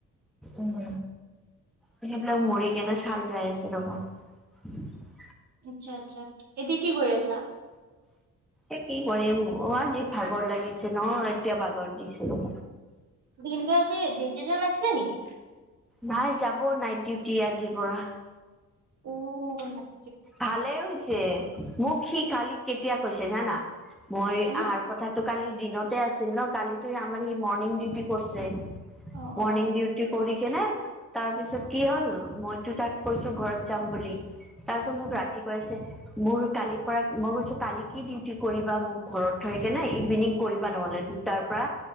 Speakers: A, in the centre; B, on the right.
A: উম সেইবিলাক মুৰি কেনো চাল যায় আছে তোক
B: আচ্ছা আচ্ছা এতিয়া কি কৰি আছা
A: এ কি কৰিম অ আজি ভাগৰ লাগিছে ন এতিয়া ভাগৰত দিছিলো
B: ভিন্দু আজি ডিউটি জোৱ আছিলে নেকি
A: নাই যাব নাই ডিউটি আজিৰ পৰা
B: উ নাই
A: ভালেই হৈছে মোক সি কালি কেতিয়া কৈছে জানা মই
B: হুম
A: অহাৰ কথাাতটো কালি দিনতে আছিল ন কালিিতো আমাৰ ম ডিউ কৰিছে
B: অ
A: মৰ্ণং
B: অ
A: ডিউ কৰি নে তাৰ পিছত কি হ'ল মইতো তাক কৈছো ঘৰত যাম বুলি তাৰপিছত
B: উম
A: মোক ৰাতি কৈ আছে মোৰ কালিৰ পৰা মই কৈছো কালি কি ডিউটি কৰিবা মোক ঘৰত থৈ কে নে ইভিনিং কৰিবা নহ'লে তাৰ পৰা